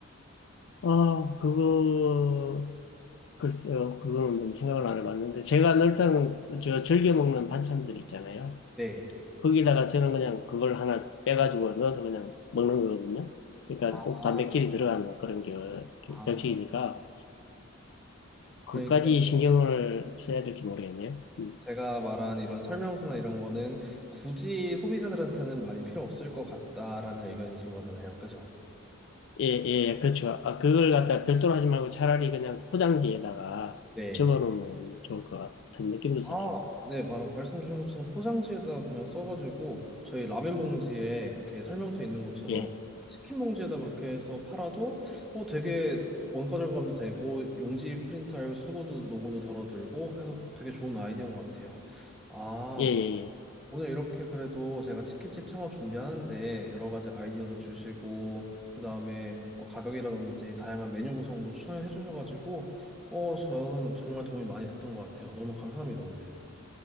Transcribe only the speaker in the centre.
네.
아,
네.
아,
그러니까
제가 말한 이런 설명서나 이런 거는 굳이 소비자들한테는 많이 필요 없을 것 같다라는 의견이신 거잖아요. 그죠?
네.
아, 네. 마- 말씀 주신 것처럼 포장지에다 그냥 써가지고 저희 라면 봉지에 이렇게 설명서 있는 것처럼
치킨 봉지에다 그렇게 해서 팔아도 어 되게 원가 절감도 되고 용지 프린트하고 수고도 노고도 덜어들고 해서 되게 좋은 아이디어인 것 같아요. 아,
오늘 이렇게 그래도 제가 치킨집 창업 준비하는데 여러 가지 아이디어도 주시고 그 다음에 가격이라든지 다양한 메뉴 구성도 추천을 해주셔가지고 어 저는 정말 도움이 많이 됐던 것 같아요. 너무 감사합니다 오늘.